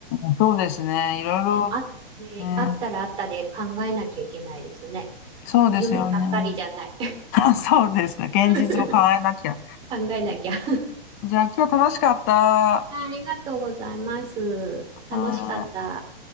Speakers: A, on the left; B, on the right.
A: うん。そうですね。いろいろ、
B: ね、あ、ね、
A: ね。
B: あったらあったで考えなきゃいけないですね。
A: そうですよね。
B: 夢ばっかりじゃない。
A: <laughs> そうですね。現実を変えなきゃ。
B: <laughs> 考えなきゃ。<laughs>
A: じゃあ今日楽しかった。は
B: ありがとうございます。楽しかった。
A: ーい